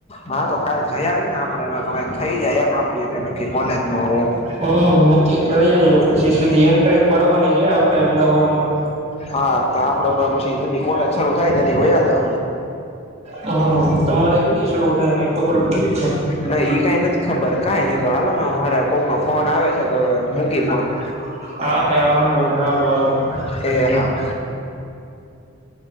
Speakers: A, on the left (about 30°); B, on the right (about 30°).
A: હા તો કાલે જયા નય ને આપડે થઈ જાય એમ આપડુંતે નકી કોલેજ ન હોત-
B: હમ નક્કી કરીએ પછી સીધી એન્ટ્રે પાડવાની છે આપડે અમદાવાદમાં-
A: હા તો આપડે પછી દ કોલેછારું થાય ત્યારે હોયા હતા-
B: હા તમારે કેલી શરૂ થાયને ખબર પડી છે.
A: નઈ ઈ કઈ નથી ખબર કઈ ન તો હાલો મારે કોક નો ફોન આવે છે તો મૂકી ફોન-
B: હા ત્યાો હ હ-
A: એ હા-